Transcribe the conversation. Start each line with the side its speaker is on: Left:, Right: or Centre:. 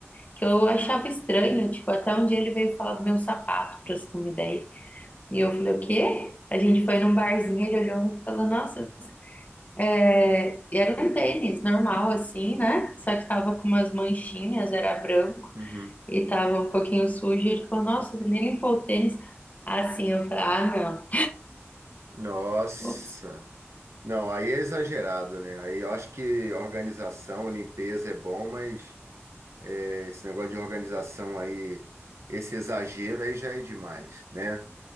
Left: que eu achava estranho. Tipo, até um dia ele veio falar do meu sapato, pra você ter uma ideia. E eu falei, o quê? A gente foi num barzinho, ele olhou e falou, nossa, é... e era um tênis normal, assim, né? Só que tava com umas manchinhas, era branco
Right: Uhum.
Left: e tava um pouquinho sujo. Ele falou, nossa, você nem limpou o tênis. Assim, eu falei, ah, não.
Right: Nossa.
Left: <laughs> Ops.
Right: Não, aí é exagerado, né? Aí eu acho que organização, limpeza é bom, mas é, esse negócio de organização aí, esse exagero aí já é demais, né?